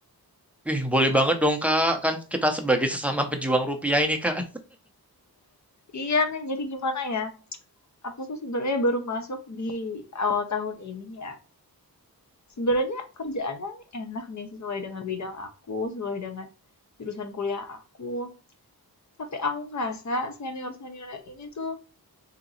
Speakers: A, in the centre; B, on the left.
A: Ih, boleh banget dong Kak. Kan kita sebagai sesama pejuang rupiah ini Kak.
B: Iya nih, jadi gimana ya? Aku tuh sebenarnya baru masuk di awal tahun ini ya. Sebenarnya kerjaannya nih enak nih, sesuai dengan bidang aku, sesuai dengan jurusan kuliah aku. Tapi aku ngerasa senior-senior yang ini tuh